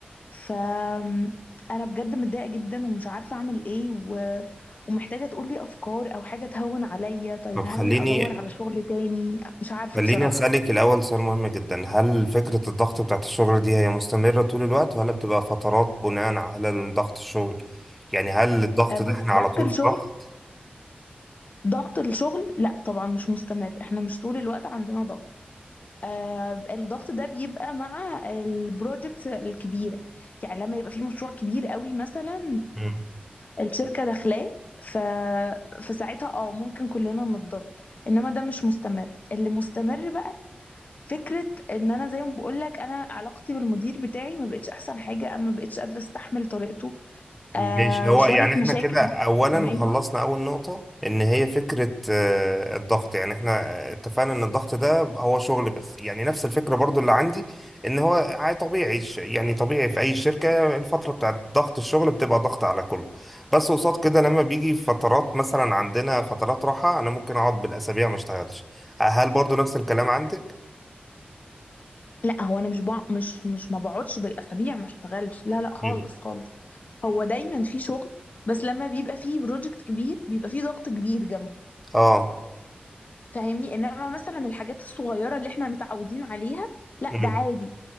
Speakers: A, on the left; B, in the centre.
A: فانا بجد متضايقه جدا ومش عارفه اعمل ايه و... ومحتاجه تقولي افكار او حاجه تهون عليا طيب
B: طب
A: هل
B: خليني
A: ادور على شغل تاني مش عارفه
B: خليني
A: بصراحه
B: اسالك الاول سؤال مهم جدا هل فكره الضغط بتاعت الشغل دي هي مستمره طول الوقت ولا بتبقى فترات بناء على ضغط الشغل يعني هل الضغط
A: أه بص
B: ده احنا على
A: ضغط
B: طول
A: الشغل
B: في ضغط
A: ضغط الشغل لا طبعا مش مستمر احنا مش طول الوقت عندنا ضغط آه، الضغط ده بيبقى مع البروجكت الكبيرة يعني لما يبقى في مشروع كبير قوي مثلا
B: إمم.
A: آه، الشركة داخلاه ف... فساعتها اه ممكن كلنا نتضغط انما ده مش مستمر اللي مستمر بقى فكرة ان انا زي ما بقولك انا علاقتي بالمدير بتاعي ما بقتش احسن حاجة اما بقتش قادرة استحمل طريقته
B: ماشي
A: آه
B: هو
A: شوية
B: يعني احنا
A: مشاكل
B: كده
A: برضه
B: اولا
A: مع زمايلي
B: خلصنا اول نقطة ان هي فكرة آه، الضغط يعني احنا آه، اتفقنا ان الضغط ده هو شغل بس يعني نفس الفكرة برضو اللي عندي ان هو عادي طبيعي ش- يعني طبيعي في اي شركة الفترة بتاعت ضغط الشغل بتبقى ضغط على كله بس قصاد كده لما بيجي فترات مثلا عندنا فترات راحة انا ممكن اقعد بالاسابيع ما اشتغلش هل برضو نفس الكلام عندك؟
A: لا هو انا مش بع... مش مش ما بقعدش بالاسابيع ما اشتغلش لا لا خالص
B: مم.
A: خالص هو دايما في شغل بس لما بيبقى فيه بروجكت كبير بيبقى فيه ضغط كبير جنبه
B: اه
A: فاهمني انما مثلا الحاجات الصغيره اللي احنا متعودين عليها لا
B: مم.
A: ده عادي